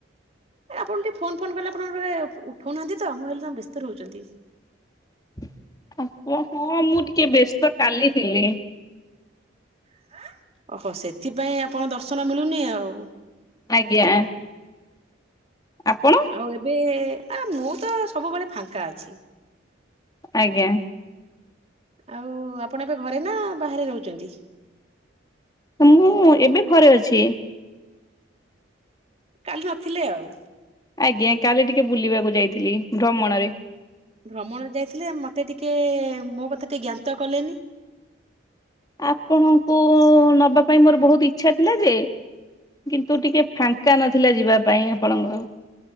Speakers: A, on the right; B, on the left.
A: ଆପଣ ଟିକେ ଫୋନ୍ ଫୋନ୍ କଲେ ଆପଣ ଗୋଟେ ଉଠଉନାହାନ୍ତି, ତ ମୁଁ ଭାବିଲି ତ ବ୍ୟସ୍ତ ରହୁଛନ୍ତି।
B: <unintelligible>
A: <inaudible> ଓହୋ, ସେଥିପାଇଁ ଆପଣ ଦର୍ଶନ ମିଳୁନି ଆଉ।
B: ଆଜ୍ଞା। ଆପଣ।
A: ଆଉ ଏବେ ଆ ମୁଁ ତ ସବୁବେଳେ ଫାଙ୍କା ଅଛି।
B: ଆଜ୍ଞା।
A: ଆଉ ଆପଣ ଏବେ ଘରେ ନା ବାହାରେ ରହୁଛନ୍ତି?
B: ମୁଁ ଏବେ ଘରେ ଅଛି।
A: କାଲି ନଥିଲେ ଆଉ।
B: ଆଜ୍ଞା, କାଲି ଟିକେ ବୁଲିବାକୁ ଯାଇଥିଲି, ଭ୍ରମଣରେ।
A: ଭ୍ରମଣରେ ଯାଇଥିଲେ, ମତେ ଟିକେ ମୋ କଥା ଟିକେ ଜ୍ଞାତ କଲେନି।
B: ଆପଣଙ୍କୁ ନବା ପାଇଁ ମୋର ବହୁତ ଇଚ୍ଛା ଥିଲା ଯେ। କିନ୍ତୁ ଟିକେ ଫାଙ୍କା ନଥିଲା ଯିବା ପାଇଁ ଆପଣଙ୍କ।